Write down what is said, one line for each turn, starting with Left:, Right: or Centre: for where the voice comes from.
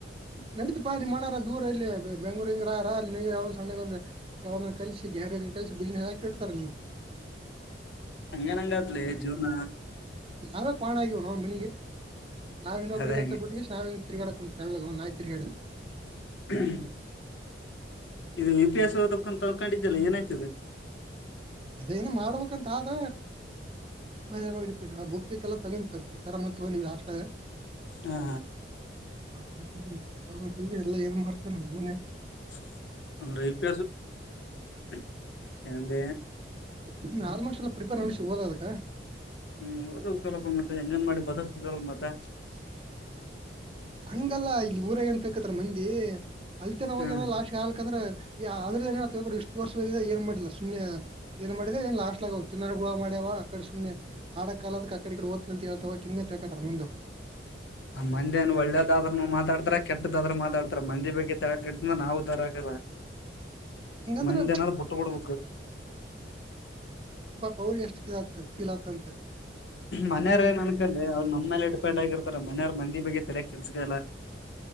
Right: ನಡಿತು ಪಾ ನಿ ಮನಾರ ದೂರ ಇಲ್ಲಿ ಬೆಂಗಳೂರು <unintelligible> ಅಲ್ಲಿ ನೀ ಯಾವ ಸಣ್ಣಗ್ ಒಂದಂದು ಅವನ್ನ ಕಲಸ ಗ್ಯಾರ <unintelligible> <unintelligible> ಕಟ್ಟ ತರ
Left: <unintelligible> ಜೀವನ
Right: ನಾವ ಕ್ವಾಣ ಆಗಿವಿ ಅವನೋನ ಮನಿಗಿ ನಾವು ಇನ್ನೊಬ್ಬರಿಗೆ
Left: ಅದ
Right: ಹಚ್ಚೋದು
Left: ಹಂಗೆ
Right: ಬಿಟ್ಟಿ <unintelligible> ನಾವಿಂಗ ತಿರಗ್ಯಾಡಕ ತೆಳ್ಳಗ ಅವ <unintelligible> ನಾಯಿ ತಿರುಗ್ಯಾಡಿದಂಗ
Left: <unintelligible> ಹ್ಮ ಇದು ಹಿತಿಯಾಸ ಓದಬೇಕು ಆನ್ಕಂಡಿದ್ದಲ್ಲ ಏನಾಯ್ತದ
Right: ಅದೇನ ಮಾಡ್ಬೇಕಂತ ಆದ ಮತ್ <unintelligible> ಆ ಬುಕಗಿಕ್ಕೆಲ್ಲ ತಗೊಂತ ತರಮನಂತಾ ತಗೊಂಡಿವ ಹಾಸ್ಟೆಲ್ಯಾಗ
Left: ಹಹ
Right: <unintelligible> ತಗೊಂಡ್ವಿ ಎಲ್ಲ ಏನ್ ಮಾಡ್ತೇನೆ ಮನ್ಯಾಗ
Left: ಹ <unintelligible> ರೀಪ <inaudible> ಎಂದ
Right: ಹ್ಮ್ ಆಲ್ಮೋಸ್ಟ್ ಅಲ್ ಪ್ರಿಪೇರ್ನಷ ಓದದಕ್ಕ
Left: ಹ್ಮ್ ಓಡ್ಬೇಕಲ್ಲಪ ಮತ್ತೆ ಎಂಗಾನಾ ಮಾಡಿ ಬದಕ್ <unintelligible> ಅಲ್ಲ ಪ ಮತ್ತೆ
Right: <inaudible> ಹಂಗಲ್ಲ ಇಲ್ಲಿ ಊರಗ ಎನ ತಿಲಕಳತಾರ ಮಂದಿ <unintelligible> ಹ ಅಲ್ತೆನ ಹೋಗ್ಯಾನರ
Left: ಹ್ಮ್
Right: ಲಾಸ್ಟೀಗೆ ಹಾಗಲಿಕ್ಕಂದ್ರ <unintelligible> ಈ ಅ್ರದ ಏನೊಂಡ ಇಷ್ಟು ವರ್ಷದ ಏ ಮಾಡಿಲ್ಲ ಸುಮ್ಮನೆ ಏನ್ ಮಾಡಿದೆ ಏ ಲಾಸ್ಟ್ ಆಗ ತಿನ್ನಣ ಬುಳ ಮಾಡ್ಯವ ಅ ಕಡೆ ಸುಮ್ಮನೆ ಆಡಾ ಕಾಲದಕ್ಕೆ ಅ ಕಡೆಓದ್ತ ಅಂತ ಹೇಳ್ವ ಕಿಂಗ ತಕತಾರ ಮುಂದೆ <unintelligible>
Left: ಮಂದಿ ನು ಒಳ್ಳೇದಾದ್ರರುನು ಮಾತಾಡ್ತಾರ ಕೆಟ್ಟದಾದ್ರು ಮಾತಾಡ್ತಾರ ಮಂದಿ ಬಗ್ಗೆ ಕೆಡ್ಸ ನಾವು ಉ ತರ ಆಕಲ್ಲ
Right: ಹಂಗಂದ್ರ
Left: ಮಂದ ಏನಾದ ಪುಟ್ಟಬಡ್ಬೇಕಕ್ು
Right: ಪೌರಿ ಎಷ್ಟು ಕ ಆತ ಫೀಲ್ ಆಗ್ತಂತೆ
Left: ಮನೆಯವ್ರೇ ಅನ್ಕಲ್ಲಿ ಅವ್ರು ನಮ್ಮ್ೇಲೆ ಡಿಪೆಂಡ್ ಆಗಿರ್ತಾರ ಮನೆಯವ ಮಂದಿ ಬಗ್ಗೆ ತಲೆ ಕೆಲ್ಸಕಲ್ಲ